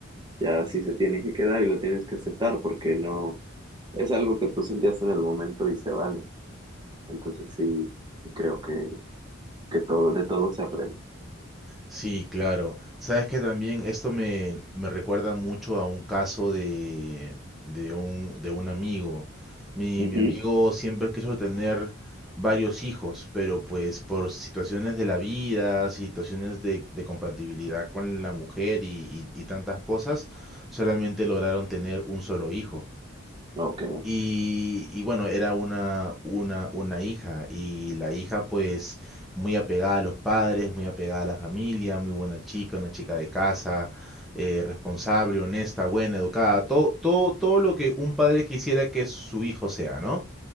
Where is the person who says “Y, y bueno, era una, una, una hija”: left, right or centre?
Centre